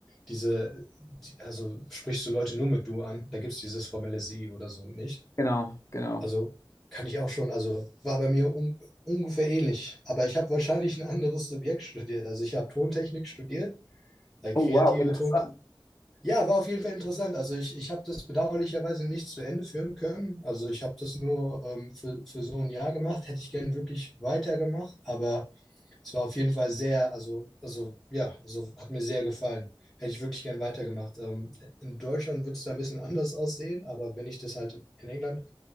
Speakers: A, in the centre; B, on the left.
A: diese, die, also sprichst du Leute nur mit du an, da gibt es dieses formelle sie oder so nicht.
B: genau, genau.
A: Also kann ich auch schon, also war bei mir un ungefähr ähnlich, aber ich habe wahrscheinlich ein anderes Subjekt studiert. Also ich habe Tontechnik studiert, weil kreative
B: Oh, wow, interessant.
A: Ton ja, war auf jeden Fall interessant. Also ich, ich habe das bedauerlicherweise nicht zu Ende führen können. Also ich habe das nur ähm, für, für so ein Jahr gemacht. Hätte ich gern wirklich weitergemacht, aber es war auf jeden Fall sehr, also, also ja, also hat mir sehr gefallen. Hätte ich wirklich gern weitergemacht. Ähm, in Deutschland würde es da ein bisschen anders aussehen, aber wenn ich das halt in England